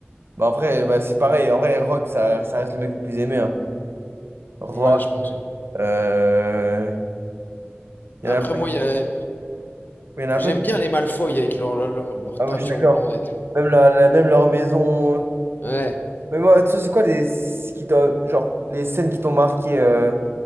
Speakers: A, on the right; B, on the left.
A: bah, en vrai, bah, c'est pareil. En vrai, Rock, ça, ça reste le mec le plus aimé. Hein. Rock,
B: Ouais, je pense.
A: euh, il
B: Après,
A: y en a plein,
B: moi, il y a...
A: il y en a
B: j'aime
A: plein qui...
B: bien les Malfoy avec leur, leur, leur- leur
A: Ah, moi,
B: teinture
A: je suis d'accord.
B: blonde et tout.
A: Même, la, la- même leur maison. euh.
B: Ouais.
A: Mais moi, tu sais, c'est quoi les, ce qui t'ont- genre, les scènes qui t'ont marqué, euh,